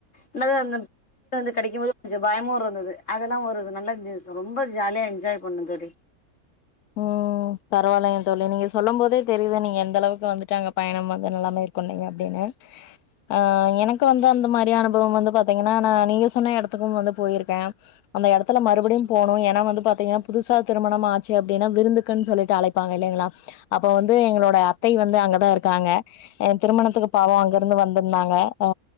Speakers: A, on the left; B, on the left.
A: என்தா அந்த கிட்ட வந்து கடிக்கும் போது கொஞ்சம் பயமு இருந்தது அதெல்லா ஒரு நல்ல ரொம்ப ஜாலியா என்ஜாய் பண்ணோ தோழி
B: ஓ பரவாயில்லைங்க தோழி நீங்க சொல்லும் போதே தெரியுது நீங்க எந்த அளவுக்கு வந்துட்டு அங்க பயணம் வந்து நல்லா மேற்கொண்டீங்க அப்படின்னு ஆ எனக்கு வந்து அந்த மாரி அனுபவம் வந்து பாத்தீங்கன்னா நா நீங்க சொன்ன இடத்துக்கு வந்து போயிருக்க அந்த இடத்துல மறுபடியு போணு ஏன்னா வந்து பாத்தீங்கன்னா புதுசா திருமணமா ச்சி அப்டின்னா விருந்துக்குன்னு சொல்லிட்டு அழைப்பாங்க இல்லைங்களா அப்ப வந்து எங்களோட அத்தை வந்து அங்கதா இருக்காங்க அ திருமணத்துக்கு பாவோ அங்கிருந்து வந்துருந்தாங்க அ